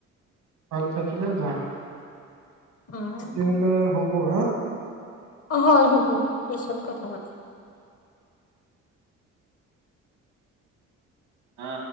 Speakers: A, on the right; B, on the left.
A: ভাল থাকিলে যাম।
B: উম,
A: তেতিয়াহ'লে হ'ব হা।
B: হয় হ'ব, পিছত কথা পাতিম।
A: আ।